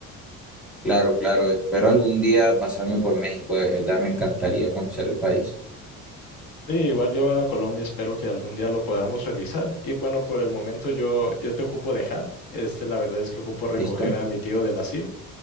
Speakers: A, in the centre; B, on the left.
A: Claro, claro. Espero algún día pasarme por México. De verdad me encantaría conocer el país.
B: Sí, igual yo a Colombia espero que algún día lo podamos realizar. Y bueno, por el momento yo, yo te ocupo dejar. Este, la verdad es que ocupo recoger
A: ¿Listo?
B: a mi tío del asilo.